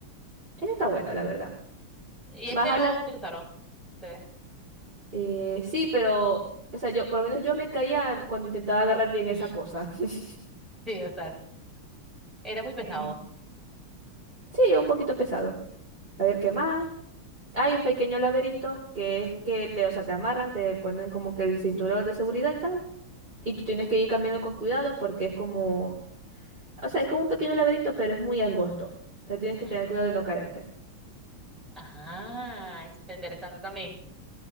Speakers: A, on the right (about 25°); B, in the centre.
A: Eso está bueno, la verdad.
B: Y
A: Más
B: ese
A: adelante,
B: lo utilizaron ustedes.
A: eh, sí, pero, o sea, yo, por lo menos yo me caía cuando intentaba agarrar bien esa
B: <laughs>
A: cosa. <laughs>
B: Sí, o sea, sí. era muy pesado.
A: Eh, Sí, es un poquito pesado. A ver, ¿qué más? Hay un pequeño laberinto que es que te, o sea, te amarran, te ponen como que el cinturón de seguridad y tal, y tú tienes que ir caminando con cuidado porque es como, o sea, es como un pequeño laberinto, pero es muy angosto. Te tienes
B: Ujú.
A: que tener cuidado de no caerte.
B: Ajá, eso está interesante también.